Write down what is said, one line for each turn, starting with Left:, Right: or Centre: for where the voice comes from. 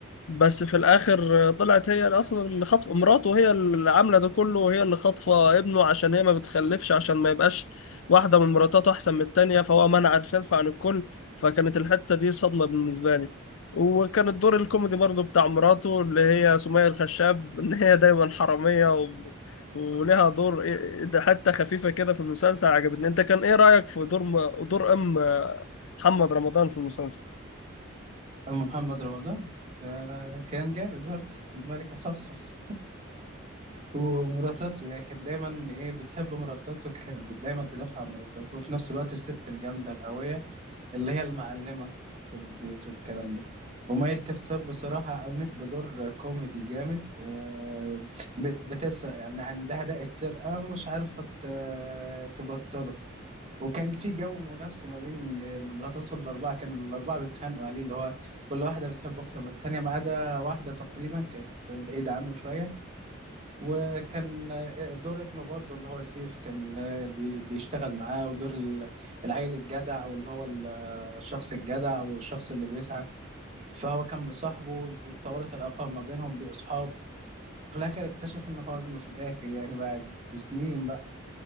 Left: بس في الاخر طلعت هي اللي اصلا اللي خاطفه مراته هي اللي عامله ده كله وهي اللي خاطفه ابنه عشان هي ما بتخلفش عشان ما يبقاش واحده من مراتاته احسن من التانيه فهو منع الخلف عن الكل فكانت الحته دي صدمه بالنسبه لي وكان الدور الكوميدي برضو بتاع مراته اللي هي سمية الخشاب <laughs> ان هي دايما حراميه و... ولها دور إيه- إيه، ده حتى خفيفه كده في المسلسل عجبتني انت كان ايه رايك في دور م... دور ام محمد رمضان في المسلسل؟
Right: محمد رمضان آه كان جامد برضه الملكة صفصف ومراتاته يعني كانت دايما ايه بتحب مراتاته كانت دايما تدافع عن مراتاته وفي نفس الوقت الست الجامدة القوية اللي هي المعلمة في البيت والكلام ده ومي الكساب بصراحة قامت بدور كوميدي جامد آه، بت- بتسرق يعني عندها داء السرقة مش عارفة ت- تبطله وكان في جو منافسة ما بين مراتاته الأربعة كانوا الأربعة بيتخانقوا عليه اللي هو كل واحدة بتحبه أكتر من التانية ما عدا واحدة تقريبا كانت بعيدة عنه شوية وكان آه، دور ابنه برضه اللي هو سيف كان آه، بي- بيشتغل معاه ودور ال- العيل الجدع واللي هو الشخص الجدع او الشخص اللي بيسعى فهو كان بصاحبه واتطورت العلاقه ما بينهم بأصحاب في الاخر اكتشف ان هو ابنه في الاخر يعني بعد سنين بقى